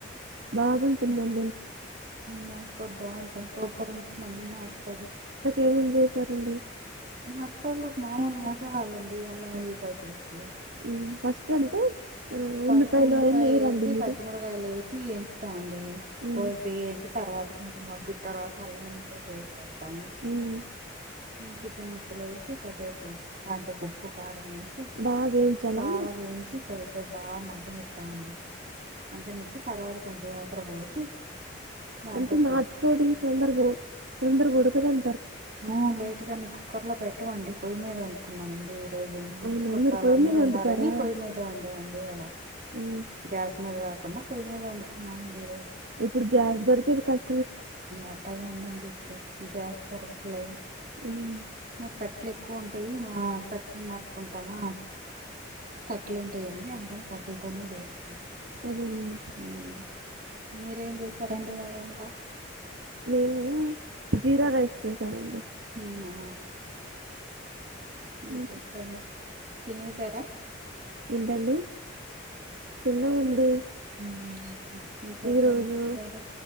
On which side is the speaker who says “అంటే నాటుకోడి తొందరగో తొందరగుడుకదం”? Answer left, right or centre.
Right